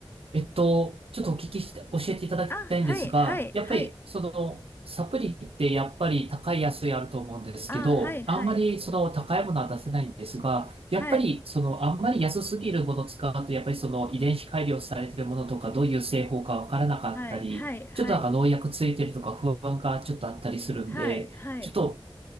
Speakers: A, on the right; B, on the left.
A: えっと、ちょっとお聞きして、教えていただきたいんですが、
B: あ、はい、はい、
A: やっぱり、
B: はい。
A: その、サプリってやっぱり高い安いあると思うんですけど、
B: あ、はい、はい。
A: あんまりその高いものは出せないんですが、やっぱりそのあんまり安すぎるものを使うと、
B: はい、
A: やっぱりその遺伝子改良されてるものとか、どういう製法かわからなかったり、
B: はい、はい、はい。
A: ちょっとなんか農薬ついてるとか不安がちょっとあったりするんで、
B: はい、はい。
A: ちょっと